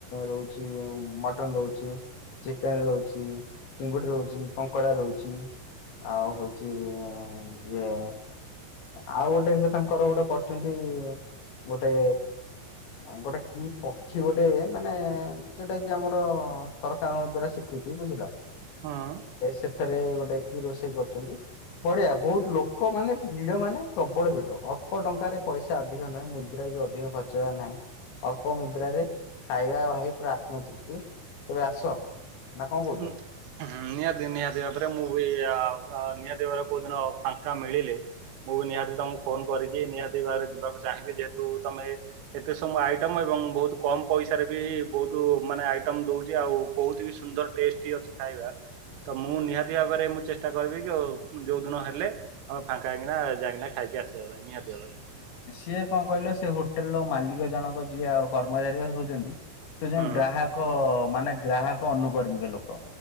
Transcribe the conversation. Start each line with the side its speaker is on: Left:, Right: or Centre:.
Left: ରହୁଛି, ମଟନ ରହୁଛି। ଚିକେନ ରହୁଛି, ଚିଙ୍ଗୁଡି ରହୁଛି, କଙ୍କଡା ରହୁଛି। ଆଉ ହଉଛି ଇଏ, ଆଉ ଗୋଟେ ତାଙ୍କର ଗୋଟେ କରଛନ୍ତି ଗୋଟେ ଗୋଟେ କି ପକ୍ଷୀ ଗୋଟେ ମାନେ ଯୋଉଟା କି ଆମର, ସରକାରଙ୍କ ଦ୍ଵାରା ସିକୃତି ବୁଝିଲ,
Right: ହଁ
Left: ସେ ଥରେ ଗୋଟେ ରୋଷେଇ କରୁଛନ୍ତି, ବଢିଆ ବହୁତ ଲୋକ ମାନେ ଭିଡ ମାନେ ପ୍ରବଳ ଭିଡ। ଅଳ୍ପ ଟଙ୍କାରେ ପଇସା ଅଧିକ ନାହିଁ ମୁଦ୍ରା ବି ଅଧିକ ଖର୍ଚ ହେବା ନାହିଁ। ଅଳ୍ପ ମୁଦ୍ରାରେ, ଖାଇବା ଭାଇ ପୁରା ଆତ୍ମ ତୃପ୍ତି, ତେବେ ଆସ ନା କଣ କହୁଛ?
Right: ହୁଁ ନିହାତି ନିହାତି ଭାବରେ ମୁଁ ବି, ନିହାତି ଭାବରେ କୋଉ ଦିନ ଫାଙ୍କା ମିଳିଲେ ମୁଁ ବି ନିହାତି ତମକୁ ଫୋନ କରିକି, ନିହାତି ଭାବରେ ଯିବାକୁ ଚାହିଁବି, ଯେହେତୁ ତମେ ଏତେ ସବୁ ଆଇଟମ ଏବଂ ବହୁତ କମ ପଇସାରେ ବି, ବହୁତ ମାନେ ଆଇଟମ ଦଉଛି, ଆଉ ବହୁତ ବି ସୁନ୍ଦର ଟେଷ୍ଟି ଅଛି ଖାଇବା, ତ ମୁଁ ନିହାତି ଭାବରେ ମୁଁ ଚେଷ୍ଟା କରିବି, କି ଯୋଉ ଦିନ ହେଲେ ଆମେ ଫାଙ୍କା ହେଇକିନା, ଯାଇକିନା ଖାଇକି ଆସିବା ପାଇଁ, ନିହାତି ଭାବରେ।
Left: ସିଏ କଣ କହିଲ ସେ ହୋଟେଲ ର ମାଲିକ ଜଣକ ଯିଏ ଆଉ କର୍ମଚାରୀ ହଉଛନ୍ତି ସେ ହଉଛନ୍ତି
Right: ହୁଁ
Left: ଗ୍ରାହକ ମାନେ ଗ୍ରାହକ ଅନୁକର୍ମୀ ଲୋକ।